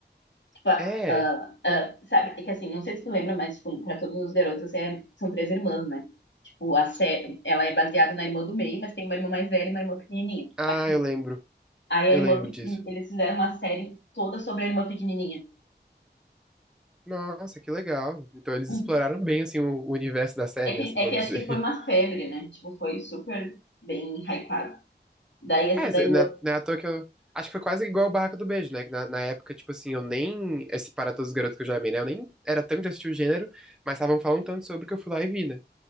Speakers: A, on the left; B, in the centre.
A: Tipo, a-
B: É.
A: a- a- sabe, é que assim, não sei se tu lembra, mas, tipo, pra todos os garotos é- são três irmãs, né? Tipo, a Sé, ela é baseada na irmã do meio, mas tem uma irmã mais velha e uma irmã pequenininha,
B: Ah,
A: aqui.
B: eu lembro.
A: Aí a
B: Eu
A: irmã
B: lembro
A: pequenininha,
B: disso.
A: eles fizeram uma série toda sobre a irmã pequenininha.
B: Nossa, que legal. Então eles
A: Hum.
B: exploraram bem, assim, o, o universo da série,
A: É
B: né,
A: que,
B: assim,
A: é
B: vamos
A: que acho
B: dizer.
A: que foi uma
B: <laughs>
A: febre, né? Tipo, foi super bem hypado. Daí essa
B: É,
A: da
B: cê-
A: irmã
B: não é não é à toa que eu... Acho que foi quase igual o Barraca do Beijo, né, que na, na época, tipo assim, eu nem... Esse Para Todos os Garotos que eu já amei, né, eu nem era tanto de assistir o gênero, mas estavam falando tanto sobre que eu fui lá e vi, né.